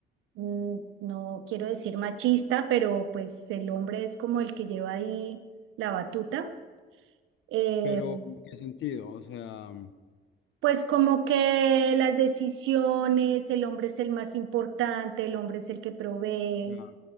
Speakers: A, on the right; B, on the left.
A: Mm, No quiero decir machista, pero pues el hombre es como el que lleva ahí la batuta. Eh,
B: Pero, ¿en qué sentido? O sea,
A: pues como que las decisiones, el hombre es el más importante, el hombre es el que provee.
B: ya,